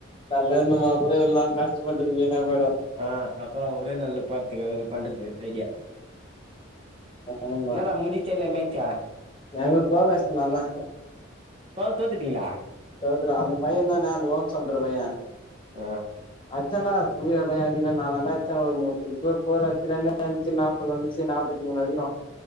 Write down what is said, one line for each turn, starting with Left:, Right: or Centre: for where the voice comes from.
Left: தள்ளணும்மா அப்பர எல்லா கஷ்டப்பட்டது வீணா போயிடு
Right: ஆ அப்பறோ ஒரே நாள்ல பாத்துக அவர் பண்றது ஐடியா
Left: ஆமா
Right: என்னடா மூஞ்சிச்சா இல்ல மேச்சா
Left: எங்க தோக வெச்சிடீங்களாந்தா
Right: பாத் தோத்து டிங்கலா
Left: தோத்துட்டோ அந்த பையதான்டா அந்த ஓப்சாப்த்தர பைய
Right: ஆ
Left: அச்சன்னா சூர்யா பையே அடிக்கிறான்டா அவன்தா அச்சா ஒரு மூனு சிக்ஸ் ஒரு ஃபோர் அடிச்சுருவான்தா அஞ்ச்சு நாப்பது வந்ச்சி நாப்பத்தி மூணு அடிகறோ